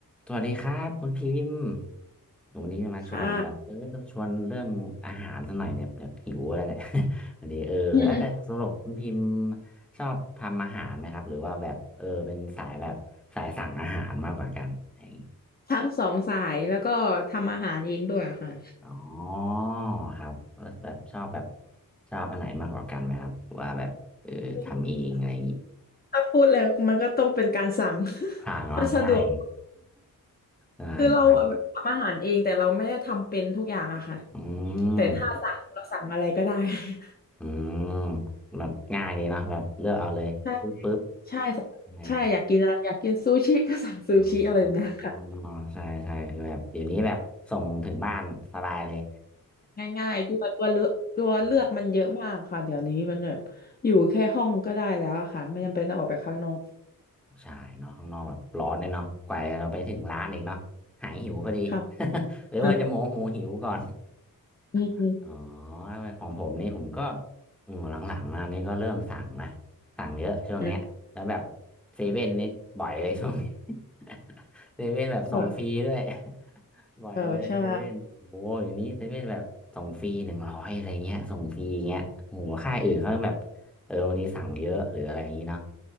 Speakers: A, in the centre; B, on the left.
A: สวัสดีครับคุณพิมพ์วันนี้มาชวนแบบเออต้องชวนเรื่องอาหารสักหน่อยเนี่ยแบบหิวแล้วเนี่ย
B: ค่ะ
A: <laughs> วันนี้เออแล้วเออสรุปคุณพิมพ์
B: <laughs>
A: ชอบทำอาหารไหมครับหรือว่าแบบเออเป็นสายแบบสายสั่งอาหารมากกว่ากันอะไรอย่างงี้
B: ทั้งสองสายแล้วก็ทำอาหารเองด้วยอะค่ะ
A: อ๋อครับแล้วแบบชอบแบบชอบอันไหนมากกว่ากันไหมครับหรือว่าแบบเออทำเองอะไรอย่างงี้
B: <laughs> ถ้าพูดเลยมันก็ต้องเป็นการสั่ง <laughs>
A: พลางเนาะง่าย
B: มันสะดวก
A: ง่ายใช่
B: คือเราอะแบบทำอาหารเองแต่เราไม่ได้ทำเป็นทุกอย่างอะค่ะ
A: อืม
B: แต่ถ้าสั่งเราสั่งอะไรก็ได้ <laughs>
A: อืมแบบง่ายดีเนาะแบบเลือกเอาเลยปึ๊บปึ๊บ
B: ใช่ใช่
A: ใช่
B: ใช่อยากกินอะไรอยากกินซูชิก็สั่งซูชิอะไรแบบเนี้ยค่ะ
A: อ๋อใช่ ใช่คือแบบเดี๋ยวนี้แบบ ส่งถึงบ้าน สบายเลย
B: ง่ายๆด้วยตัวเลือกตัวเลือกมันเยอะมากค่ะเดี๋ยวนี้มันแบบอยู่แค่ห้องก็ได้แล้วอะค่ะไม่จำเป็นต้องออกไปข้างนอก
A: <laughs> อ๋อใช่เนาะข้างนอกแบบร้อนเลยเนาะกว่าเราไปถึงร้านอีกเนาะหายหิวพอดี
B: ค่ะ
A: <laughs> หรือว่าจะโมโหหิวก่อน
B: <laughs> อืม
A: <laughs> อ๋อของผมนี่ผมก็อืมหลังๆมานี่ก็เริ่มสั่งนะ สั่งเยอะช่วงเนี้ยแล้วแบบ
B: อืม
A: เซเว่นนี่บ่อยเลยช่วงนี้ <laughs> เซเว่นแบบส่งฟรีด้วย
B: ค่ะ
A: ไหวเลยเซเว่นโอ้อย่างนี้เซเว่นแบบส่งฟรีหนึ่งร้อยอะไรเงี้ยส่งฟรีอย่างเงี้ยโอ้โหค่ายอื่นเขาแบบ
B: เออใช่
A: เออวันนี้สั่งเยอะหรืออะไรอย่างงี้เนาะ